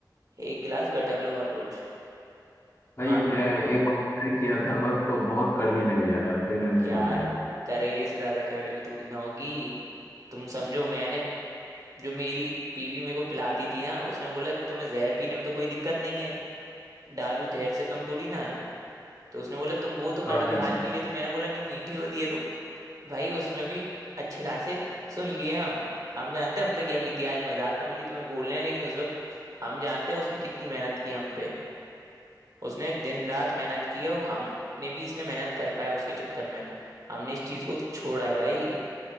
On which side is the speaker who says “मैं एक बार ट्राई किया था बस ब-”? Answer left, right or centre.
Left